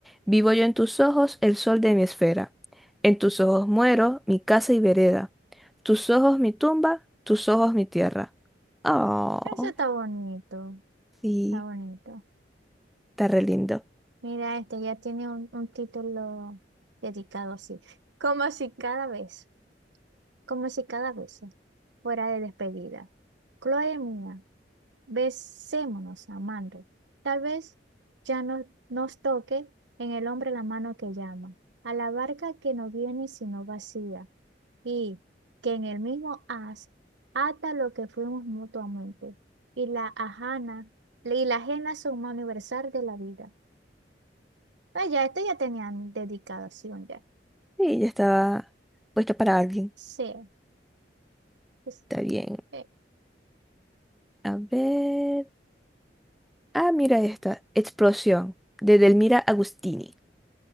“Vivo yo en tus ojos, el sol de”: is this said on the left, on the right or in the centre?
Centre